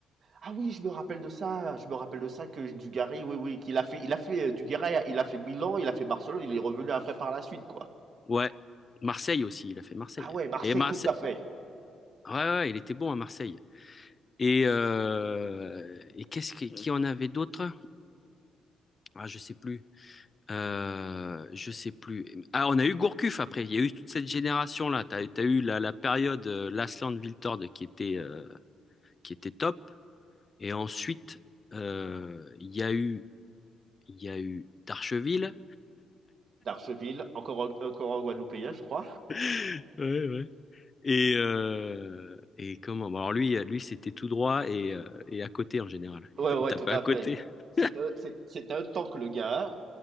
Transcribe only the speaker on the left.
Ouais. Marseille aussi, il a fait Marseille.
Et Marseille.
Ouais, ouais, ouais, il était bon à Marseille. Et, euh, et qu'est-ce qui, qui en avait d'autres? Ah, je sais plus. Euh, je sais plus. Ah, on a eu Gourcuff après. Il y a eu toute cette génération-là. T'as, t'as eu la, la période euh, Lasland Viltord qui était, euh, qui était top. Et ensuite, euh, il y a eu, il y a eu Darcheville.
<laughs> Ouais, ouais. Et, euh, et comment? Bon, alors lui, euh, lui c'était tout droit et, euh, et à côté en général. Il,
t-
il tapait
à côté.
<laughs>